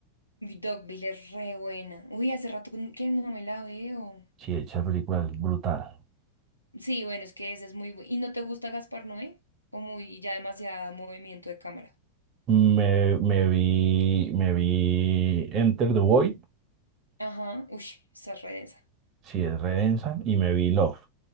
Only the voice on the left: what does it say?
Dogville es re buena. Uy, hace rato que no me la veo.
Sí, bueno, es que ese es muy bueno. ¿Y no te gusta Gaspar Noé? O muy, ya demasiado movimiento de cámara.
Ajá, uy, esa es re densa.